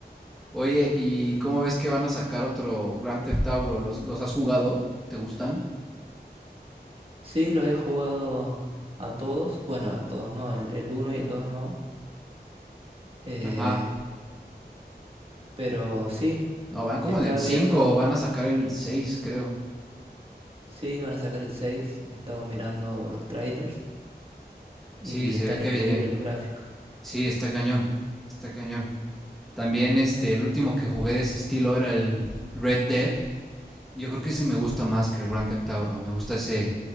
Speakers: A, in the centre; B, on the right (about 30°).
A: Oye, ¿y cómo ves que van a sacar otro Grand Theft Auto? ¿Los, los has jugado? ¿Te gustan?
B: Sí, los he jugado a todos. Bueno, a todos no, el, el uno y el 2, no. Eh,
A: Ajá.
B: pero sí,
A: No, van como
B: estaba
A: en el cinco
B: viendo,
A: van a sacar el seis creo.
B: sí, iban a sacar el 6, estaba mirando los trailers y
A: Sí, se
B: están
A: ve que
B: increíbles
A: viene.
B: los gráficos.
A: Sí, está cañón. Está cañón. También este, el último que jugué de ese estilo era el Red Dead. Yo creo que ese me gusta más que el Grand Theft Auto. Me gusta ese